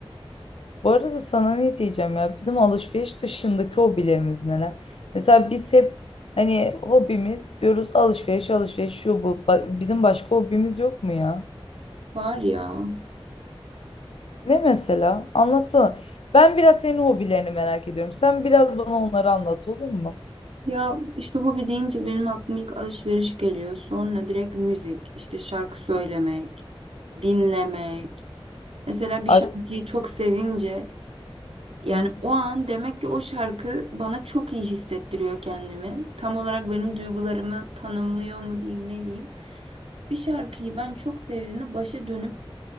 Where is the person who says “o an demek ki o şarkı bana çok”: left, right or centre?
Right